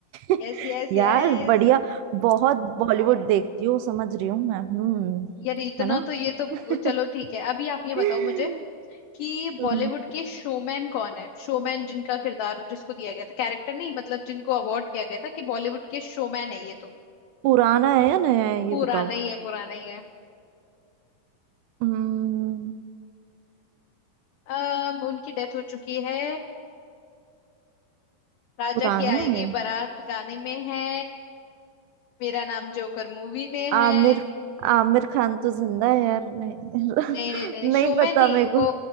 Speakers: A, on the right; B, on the left.
A: <laughs>
B: yes yes
A: यार
B: यस
A: बढ़िया बहुत बॉलीवुड देखती हूँ समझ रही हूँ मैं हम्म
B: यार इतना
A: है ना
B: तो ये तो
A: <laughs>
B: चलो ठीक है अभी आप ये बताओ
A: <laughs>
B: मुझे कि
A: हम्म,
B: बॉलीवुड के शोमैन कौन है शोमैन जिनका किरदार जिसको दिया गया था कैरेक्टर नहीं मतलब जिनको अवार्ड दिया गया था कि बॉलीवुड के शोमैन है ये तो
A: पुराना है या नया है
B: पुराना
A: ये बताओ
B: ही है पुराना ही है
A: हम्म,
B: अम उनकी डेथ हो चुकी है राजा
A: पुराना
B: की आएगी
A: है
B: बारात गाने में है मेरा नाम जोकर मूवी में
A: आमिर
B: है
A: आमिर खान तो जिंदा है यार नहीं
B: नहीं नहीं नहीं
A: <laughs> नहीं
B: शोमैन
A: पता
B: नहीं
A: मेरे
B: वो
A: को